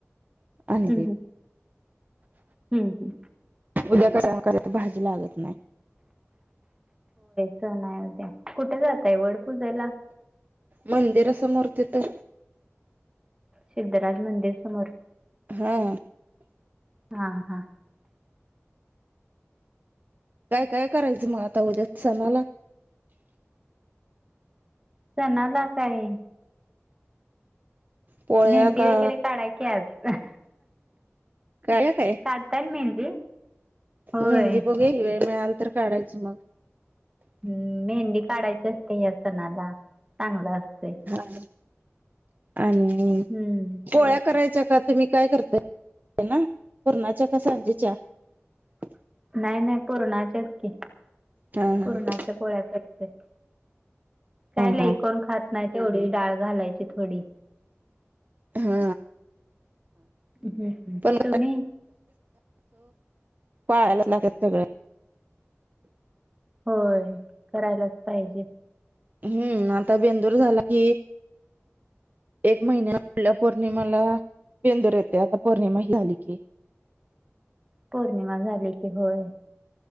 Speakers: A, on the right; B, on the right.
A: आणिले
B: हम्म हम्म हम्म,
A: उद्या क क तर भाजी लागत नाही. <inaudible>
B: नाही उद्या कुठे जातय वड पूजाला
A: मंदिरासमोर तिथे
B: सिद्धराज मंदिर समोर
A: हा,
B: हा हा,
A: काय, काय, करायचं मग आता उद्या सणाला.
B: सणाला काय?
A: पोळ्या
B: मेहंदी
A: का
B: वगैरे काढा क
A: काळ्या काय
B: काढतान मेहंदी. होय
A: मेहंदी बघे ही वेळ मिळाल तर काढायची मग.
B: हम्म मेहंदी काढायची असते ह्या सणाला. चांगला असतोय
A: हा. आणि
B: हम्म
A: पोळ्या करायच्या का तुम्ही काय करता ना पुरणाच्या पाज चार <unintelligible>
B: नाही, नाही, नाही पुरणाच्याचकी
A: हा हा
B: पुरणाच्या पोळ्या करते. काय
A: हा
B: नाही
A: हा
B: कोण खात नाही तेवढी डाळ घालायची थोडी.
A: हा
B: हम्म
A: पण
B: तुम्ही
A: पाळायलाच लागात सगळं.
B: होय करायलाच पाहिजे.
A: हम्म आता बेंदूर झाला कि एक महिन्या म्हटल्या पौर्णिमाला. बेंदुर येते आता पौर्णिमा हि आली की.
B: पौर्णिमा झाली की होय.